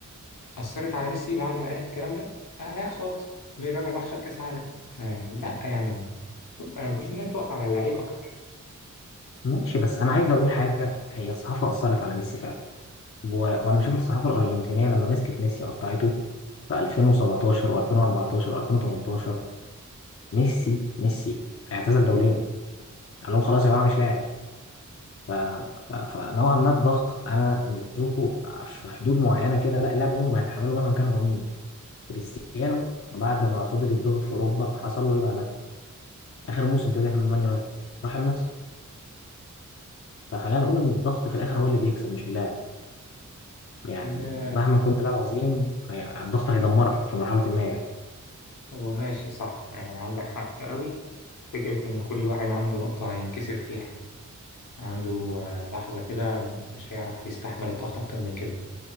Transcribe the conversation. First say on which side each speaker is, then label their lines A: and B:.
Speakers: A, on the left; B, on the left.
A: أثرت على ميسي بعد ما قالت الكلام ده؟ آه لا خالص الراجل راح خد كأس عالم فيعني لا يعني أنا بشوف إنها بتقف على اللعيب أكتر
B: ماشي بس انا عايز اقول حاجة هي الصحافة أثرت على ميسي فعلا و- وانا بشوف الصحافة الأرجنتينية لما مسكت ميسي قطعته في 2017 و2014 و2018 ميسي ميسي اعتزل دوليا قال لهم خلاص يا جماعة مش لاعب ف... ف... فنوعا ما الضغط انا مش بشوفه في حدود معينه كده لا اللاعب عمره ما هيتحمله مهما كان هو مين كريستيانو بعد ما فضل يتضغط في اوروبا حصل له ايه بعدها اخر موسم ابتدى من مان يونايتد راح النصر فخلينا نقول ان الضغط في الاخر هو اللي بيكسب مش اللاعب يعني
A: آه
B: مهما كنت لاعب عظيم هي... الضغط هيدمرك في مرحله ما يعني.
A: هو ماشي صح يعني عندك حق قوي فكرة إن كل واحد عنده نقطة هينكسر فيها عنده آه، لحظة كده مش هيعرف يستحمل الضغط أكتر من كده